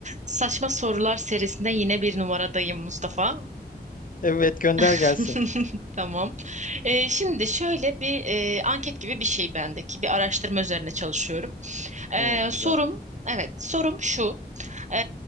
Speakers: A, on the right; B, on the left.
A: Saçma Sorular serisinde yine bir numaradayım Mustafa.
B: Evet gönder
A: <laughs>
B: gelsin.
A: Tamam. Ee, şimdi şöyle bir e, anket gibi bir şey bendeki. Bir araştırma üzerine çalışıyorum. Ee,
B: Hmm,
A: sorum,
B: güzel.
A: evet sorum şu. Ee,